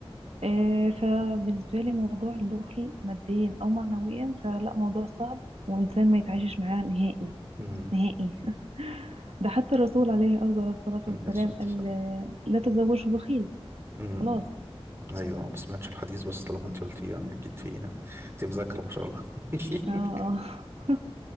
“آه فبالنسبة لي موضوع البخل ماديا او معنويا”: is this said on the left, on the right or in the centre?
Right